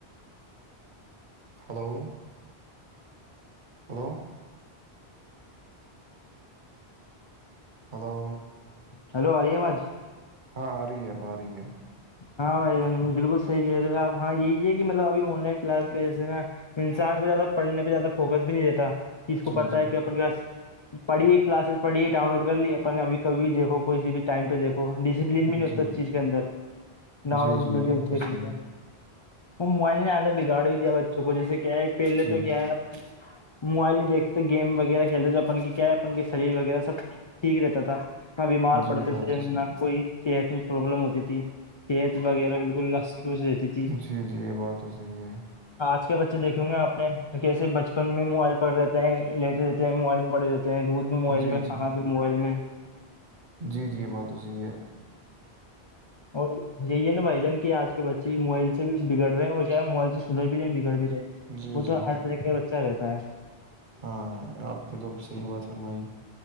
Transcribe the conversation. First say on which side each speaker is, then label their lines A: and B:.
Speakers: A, on the right; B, on the left.
A: hello hello hello
B: hello آری باج
A: ہاں آ رہی ہے اب آ رہی ہے
B: ہاں بھائی بالکل صحیح کہہ رہے آپ ہاں یہی ہے کہ مطلب ابھی آن لائن کلاس کے جیسے نا انسان کو زیادہ پڑھنے پہ زیادہ فوکس بھی نہیں رہتا کس کو
A: جی
B: پت
A: جی
B: ہے کہ اپنے پس پڑھیے کلاسز پڑھیے ڈاؤن لوڈ کر لی اپن اب کبھی بھی دیکھو کوسی بھی ٹائم پہ دیکھو ڈسپلین بھی نہیں ہوتا
A: جی
B: اس چیز کے اندر ناوڈ
A: جی جی یہ
B: ویڈیوز
A: بات تو
B: دیکھ
A: صحیح
B: لیتے
A: ہے
B: وہ موبائل نے آیادا بگاڑ بھی دیا بچوں کو جیسے کیا ہے پہلے
A: جی
B: تو کیا ہے موبائل نہیں دیکھتے گیم وغیرہ کھیلتے جو اپن کی کیا ہے اپن کے شریر وغیرہ سب ٹھیک رہتا تھا نہ بیمار
A: جی
B: پڑتے
A: یہ بات
B: تھے
A: تو صحیح
B: نہ کوئی صحت میں پرابلم ہوتی تھی ست وغیرہ بالکل لسپوس رہتی تھی
A: جی جی یہ بات تو صحیح ہے
B: آج کے بچے دیکھیں گے آپ نے کیسے بچپن میں موبائل پڑھتے ہیں لیٹے رہتے ہیں موبائل میں پڑے رہتے ہیں چاہے دودھ بھی موبائل
A: جی
B: میں کانا
A: جی
B: بھی موبائل میں
A: جی جی یہ بات تو صحیح ہے
B: اور یہی ہے نا بھائی جان کہ آج کے بچے موبائل سے بھی بگڑ رہے ہیں اور کیا ہے موائل سے سدھر بھی رہے ہیں بگڑ بھی رہے ہیں
A: جی
B: وہ تو
A: جی
B: ہر طرح کا بچہ رہتا ہے
A: ہاں ہ آپ نے تو صحیح بات فرمائی